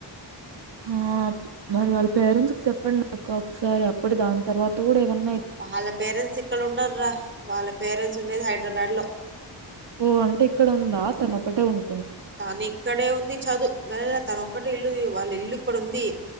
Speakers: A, on the right; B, on the right.
A: <inaudible> ఆ మరి వాళ్ళ పేరెంట్స్ కి చెప్పండి అక్క ఒకసారి అప్పుడు దాని తర్వాత గూడా ఏవన్
B: వాళ్ళ పేరెంట్స్ ఇక్కడ ఉండర్రా వాళ్ళ పేరెంట్స్ ఉండేది హైడ్రాబాద్ లో
A: ఓ అంటే ఇక్కడ ఉందా తను ఒక్కటే ఉన్
B: తను ఇక్కడే ఉంది చదు <unintelligible> తన ఒక్కటే ఇల్లు వాళ్ళ ఇల్లు ఇక్కడ ఉంది